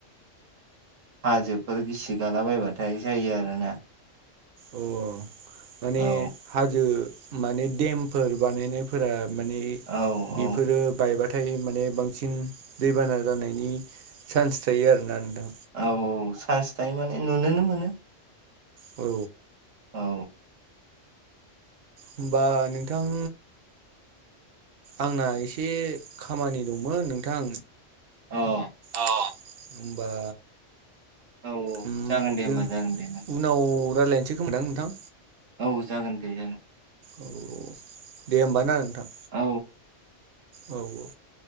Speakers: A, on the right; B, on the right.
A: हाजोफोर गिसि गालाबायबाथाय जायो आरोना।
B: अ माने
A: औ
B: हाजो माने देमफोर बानायनायफोरा माने
A: औ औ
B: बेफोरो बायबाथ' नाथाय माने बांसिन दैबाना जानायनि सान्स थायो आरोना नोंथां।
A: औ चान्स थायो माने नुनोनो मोनो।
B: औ।
A: औ
B: होमबा नोंथां आंना एसे खामानि दंमोन नोंथां
A: अ औ
B: अ होमबा
A: औ औ
B: उम
A: जागोन दे
B: दो
A: होमबा जागोन दे बुं
B: उनाव रायलायनोसै खोमादां नोंथां।
A: औ जागोन दे जागोन।
B: औ दे होमबा ना नोंथां।
A: औ
B: औ औ।